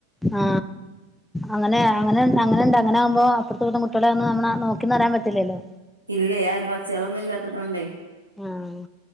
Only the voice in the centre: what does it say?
ആ അങ്ങനെ അങ്ങനെ അങ്ങനെണ്ട അങ്ങനെ ആവുമ്പോ അപ്പൊർത്തെ വീട്ടിലെ കുട്ടികളെ ഒന്ന് <unintelligible> നോക്കിന്നറിയാൻ പറ്റില്ലല്ലോ
ഉം